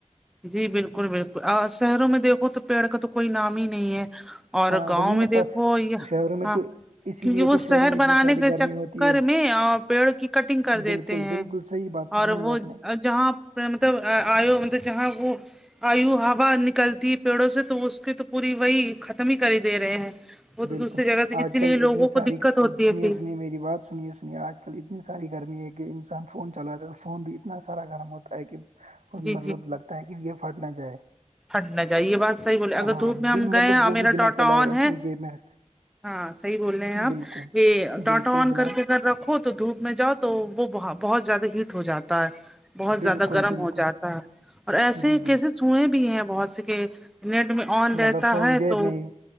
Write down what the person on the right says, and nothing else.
ہاں
وہی نا
شہروں میں
تو اسی
لیے
تو شہروں
میں اتنی
ساری
گرمی
ہوتی ہے
بالکل
بالکل صحیح بات فرمائی
آپ نے
بالکل
آج کل
اتنی
ساری
سنیے
سنیے میری بات سنیے سنیے آج کل اتنی ساری گرمی ہے کہ انسان فون چلاتا ہے تو فون بھی اتنا سارا گرم ہوتا ہے کہ اور
مطلب لگتا ہے کہ یہ پھٹ نہ جائے
ہاں
بن مطلب
وہ بھی
بنا
چلائے
ایسے
ہی جیب میں رکھتے
بالکل
بالکل
جناب
بالکل
بالکل
جی
بالکل
مطلب فون
جیب
میں ہی